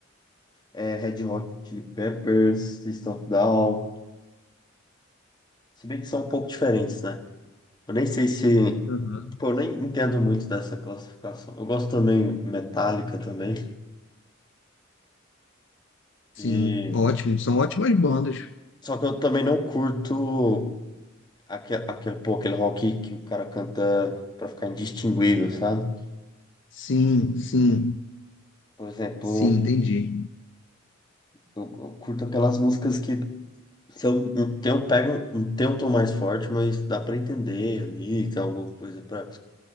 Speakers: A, on the left (about 20°); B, on the left (about 65°).
A: é, Red Hot Chili Peppers, System of a Down. Se bem que são um pouco diferentes, né? Eu nem sei se.
B: Aham.
A: Pô, eu nem entendo muito dessa classificação. Eu gosto também Metallica também.
B: Sim,
A: E...
B: ótimo. São ótimas bandas.
A: Só que eu também não curto aquele, aquele, pô, aquele rock que o cara canta pra ficar indistinguível, sabe?
B: Sim, sim,
A: Por exemplo,
B: sim, entendi.
A: eu eu curto aquelas músicas que são, um- tem, eu pego, um, um- tem um tom mais forte, mas dá pra entender ali, tem alguma coisa pra